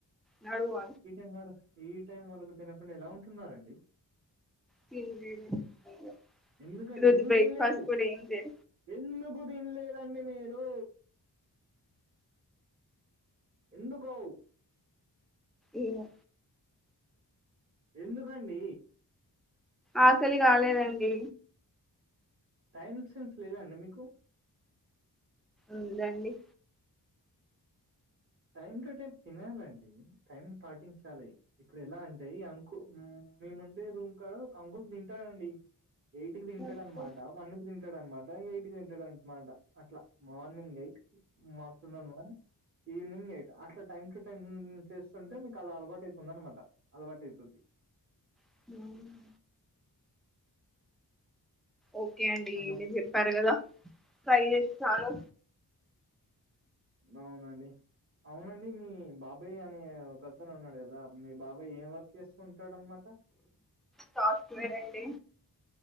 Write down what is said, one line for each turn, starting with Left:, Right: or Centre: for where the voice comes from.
Centre: నడువ
Right: ఎమ్మరి ఈ టైం వరకు తినకుండా ఎలా ఉంటున్నారండి
Centre: తినలేదు ఇంగ
Right: ఎందుకండి
Centre: ఈ రోజు
Right: ఎందుకు
Centre: బ్రేక్ఫాస్ట్
Right: తినలేదు
Centre: కూడా ఏం చేయ
Right: ఎందుకు తినలేదండి మీరు ఎందుకు
Centre: ఏమో
Right: ఎందుకండి
Centre: ఆకలి కాలేదండి
Right: టైమ్ సెన్స్ లేదా అండి మీకు
Centre: ఉందండి
Right: టైం టు టైం తినాలండి టైం పాటించాలి ఇప్పుడు ఎలా అంటే ఈ అంకు మేముండే రూమ్ కాడ ఒక అంకుల్ తింటాడండి ఎయిట్కి తింటాడు
Centre: ఓకే
Right: అన్నమాట వన్ కి తింటాడన్నమాట ఎయిట్ కి తింటాడన్నమాట అట్లా morning eight afternoon one evening eight అట్ల టైం టు టైం చేస్తుంటే మీకు అలా అలవాటు అయితుంది అనమాట అలవాటు అయితది
Centre: హ్మ్ ఓకే అండి
Right: హలో!
Centre: మీరు చెప్పారు కదా ట్రై చేస్తాను
Right: అవునండి అవునండి మీ బాబాయ్ అనే ఒక్కతను ఉన్నాడు కదా మీ బాబ్ అబ్బ ఏం వర్క్ చేస్త ఉంటాడు అన్మాట
Centre: సాఫ్ట్వేర్ అండి